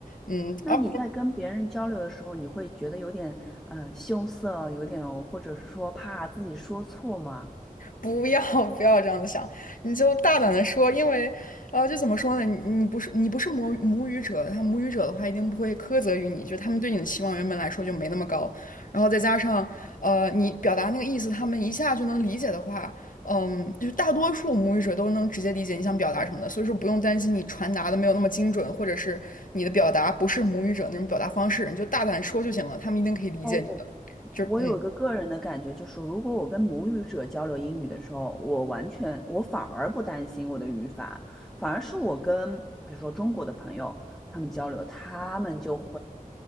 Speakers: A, on the left; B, in the centre.
A: 嗯，
B: 那你在跟别人交流的时候，
A: 而
B: 你会觉得有点呃羞涩，有点或者是说怕自己说错吗？
A: 不要 <laughs> 不要这样子想，你就大胆的说，因为，呃，就怎么说呢，你你不是你不是母母语者，他母语者的话一定不会苛责于你，就他们对你的期望原本来说就没那么高，然后再加上，呃，你表达那个意思，他们一下就能理解的话，嗯，就是大多数母语者都能直接理解你想表达什么的，所以说不用担心你传达的没有那么精准，或者是你的表达不是母语者那种表达方式，你就大胆说就行了，他们一定可以理解你的，
B: 哦，
A: 就嗯。
B: 我有一个个人的感觉，就是如果我跟母语者交流英语的时候，我完全我反而不担心我的语法，反而是我跟比如说中国的朋友他们交流，他们就